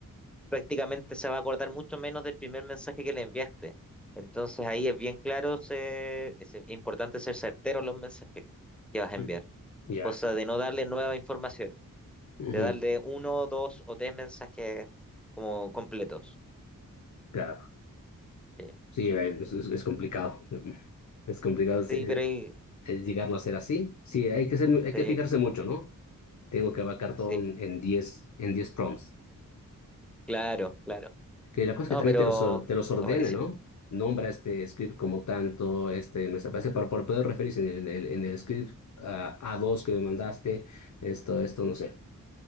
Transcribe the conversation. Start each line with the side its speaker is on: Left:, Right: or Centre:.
Centre: prácticamente se va a acordar mucho menos del primer mensaje que le enviaste. Entonces, ahí es bien claro, se- es importante ser certero en los mensajes que vas a
Left: Sí.
Centre: enviar.
Left: Ya.
Centre: Cosa de no darle nueva información,
Left: Ujú.
Centre: de darle uno, dos o tres mensajes como completos.
Left: Claro.
Centre: Sí,
Left: Sí, eh, es, es- es complicado. Es complicado se-
Centre: Sí,
Left: se-
Centre: pero ahí...
Left: eh, llegarlo a ser así. Sí, hay que ser, hay
Centre: sí.
Left: que fijarse mucho, ¿no? Tengo que abarcar
Centre: Sí.
Left: todo en en 10, en 10 prompts.
Centre: Claro, claro.
Left: Que la cosa es que
Centre: No,
Left: también
Centre: pero
Left: te los, or- te los ordene,
Centre: está buenísimo.
Left: ¿no? Nombra este script como tanto, este, me parece, para, para poder referirse en el, en el, en el script ah, a dos que me mandaste, esto, esto, no sé.